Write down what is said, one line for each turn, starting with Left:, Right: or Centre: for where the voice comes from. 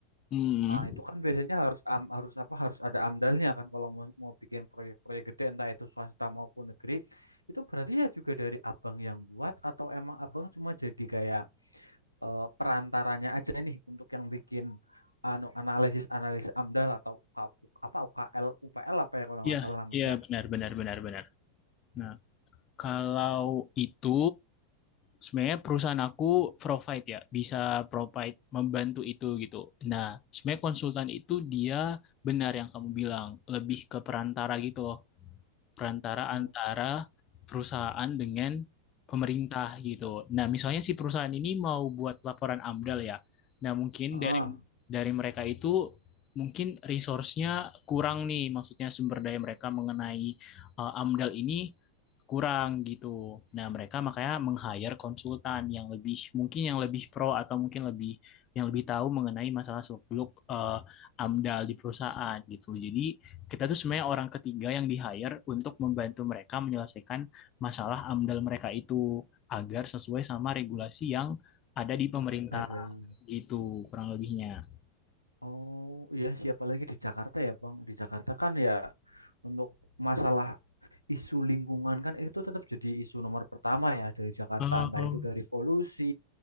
Left: Hmm.
Right: Ah, itu kan biasanya harus am- harus apa harus ada amdalnya kan kalau mau, mau bikin proyek-proyek gede entah itu swasta maupun negeri itu berarti ya juga dari abang yang buat atau emang abang cuma jadi kayak eh, perantaranya aja nih untuk yang bikin anu analisis analisis amdal atau UK apa UKL UPL apa ya kalau
Left: Iya,
Right: nggak salah namanya
Left: iya benar benar benar benar. Nah, kalau itu sebenarnya perusahaan aku provide ya, bisa provide membantu itu gitu. Nah, sebenarnya konsultan itu dia benar yang kamu bilang, lebih ke perantara gitu loh perantara
Right: oh
Left: antara perusahaan dengan pemerintah gitu. Nah, misalnya si perusahaan ini mau buat laporan AMDAL ya. Nah, mungkin
Right: ah
Left: dari dari mereka itu mungkin resource-nya kurang nih, maksudnya sumber daya mereka mengenai eh, AMDAL ini kurang gitu. Nah, mereka makanya meng-hire konsultan yang lebih mungkin yang lebih pro atau mungkin lebih yang lebih tahu mengenai masalah seluk-beluk eh, AMDAL di perusahaan gitu. Jadi kita tuh sebenarnya orang ketiga yang di-hire untuk membantu mereka menyelesaikan masalah AMDAL mereka itu agar sesuai sama regulasi yang ada di pemerintah
Right: ada
Left: gitu kurang lebihnya.
Right: oh iya siapa lagi di Jakarta ya bang di Jakarta kan ya untuk masalah isu lingkungan kan itu tetap jadi isu nomor pertama ya dari Jakarta
Left: Eh,
Right: entah itu dari polusi,